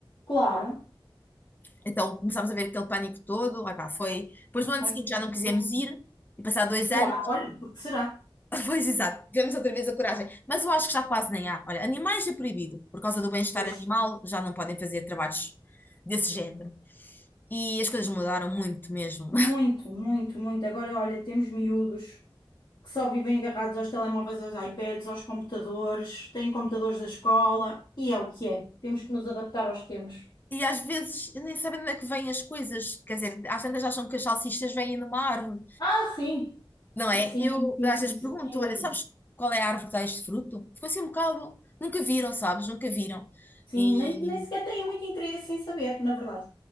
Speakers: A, on the left; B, on the left.
A: Claro.
B: Então começámos a ver aquele pânico todo, opá, foi... Depois no ano
A: Ai,
B: seguinte
A: que
B: já não
A: horror.
B: quisemos ir, e passar dois anos
A: Claro, olha, porque será?
B: <laughs> Pois, exato, tivemos outra vez a coragem. Mas eu acho que já quase nem há. Olha, animais é proibido. Por causa do bem-estar
A: Pois,
B: animal, já não podem fazer trabalhos desse género. E as coisas mudaram muito mesmo.
A: muito,
B: <laughs>
A: muito, muito. Agora, olha, temos miúdos que só vivem agarrados aos telemóveis, aos iPads, aos computadores, têm computadores da escola, e é o que é. Temos que nos adaptar aos tempos.
B: E às vezes nem sabem de onde é que vêm as coisas. Quer dizer, às tantas acham que as salsichas vêm numa árvore,
A: Ah, sim.
B: não é?
A: Sim, sim,
B: Eu
A: sim,
B: às
A: sim,
B: vezes
A: sim,
B: pergunto:
A: sem dúvida.
B: olha, sabes qual é a árvore que dá este fruto? Ficou assim um bocado. Nunca viram, sabes? Nunca viram.
A: Sim,
B: E
A: nem, nem sequer têm muito interesse em saber, na verdade.